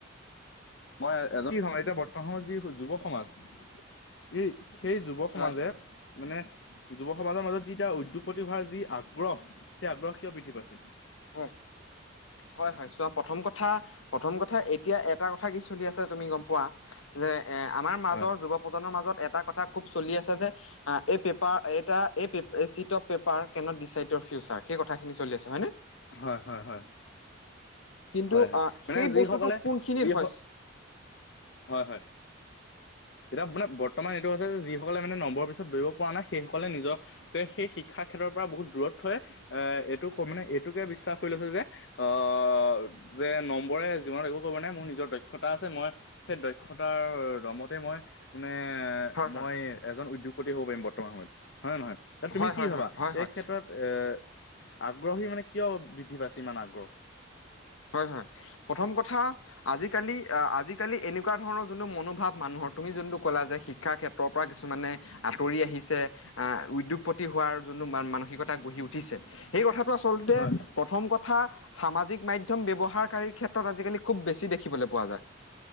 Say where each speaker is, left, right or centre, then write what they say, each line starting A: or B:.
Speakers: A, on the left; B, on the left.
A: মই এজন সম এতিয়া বৰ্তমানৰ যি যুৱ সমাজ। সেই সেই যুৱ সমাজে
B: হয় হয়
A: মানে যুৱ সমাজৰ মাজত যিতিয়া উদ্যোগপতি হোৱাৰ যি আগ্ৰহ সেই আগ্ৰহ কিয় বৃদ্ধি পাইছে?
B: হয় হয় হয় চোৱা প্ৰথম কথা প্ৰথম কথা এতিয়া এটা কথা কি চলি আছে তুমি গম পোৱা যে এ আমাৰ মাজৰ
A: হয়
B: যুৱ প্ৰজন্মৰ মাজত এটা কথা খুব চলি আছে যে এইে পেপাৰ এই পে- এই seat of paper can't decide your future সেই কথাখিনি চলি আছে হয়নে?
A: হয়, হয়, হয়।
B: কিন্তু
A: হয়, হয়
B: আহ
A: মানে
B: সেই
A: যিসকলে
B: বস্তুটো কোনখিনিত
A: যি
B: হয়
A: হয়, হয়। এতিয়া মানে বৰ্তমান এইটো হৈছে যে যিসকলে মানে নম্বৰ পিছত দৌৰিব পৰা নাই সেইসকলে নিজৰ সেই শিক্ষা ক্ষেত্ৰৰ পৰা বহুত দূৰত থৈ আহ এইটো মানে এইটোকে বিশ্বাস কৰি লৈছে যে আহ যে নম্বৰে জীৱনত একো ক'ব নাই মোৰ নিজৰ দক্ষতা আছে মই সেই দক্ষতাৰ দম মই মানে
B: হয়
A: মই
B: হয়
A: এজন উদ্যোগপতি হ'ব পাৰিম বৰ্তমান সময়ত হয় নে নহয়? তুমি
B: হয় হয় হয়
A: কি
B: হয়
A: ভবা
B: হয় হয় হয়
A: এই ক্ষেত্ৰত এ আগ্ৰহী মানে কিয় বৃদ্ধি পাইছে ইমান আগ্ৰহ?
B: হয়, হয় প্ৰথম কথা আজিকালি আজিকালি এনেকুৱা ধৰণৰ যোনটো মনোভাৱ মানুহৰ তুমি যোনটো ক'লা যে শিক্ষাৰ ক্ষেত্ৰৰ পৰা কিছু কিছুমানে আঁতৰি আহিছে আহ উদ্যোগপতি হোৱাৰ যোনটো ম মানসিকতা গঢ়ি উঠি। উঠিছে সেই কথাটো আচলতে
A: হয়
B: প্ৰথম কথা সামাজিক মাধম্য মম ব্যৱহাৰকাৰীৰ ক্ষেত্ৰত আজিকালি খুব বেছি দেখিবলৈ পোৱা যায়।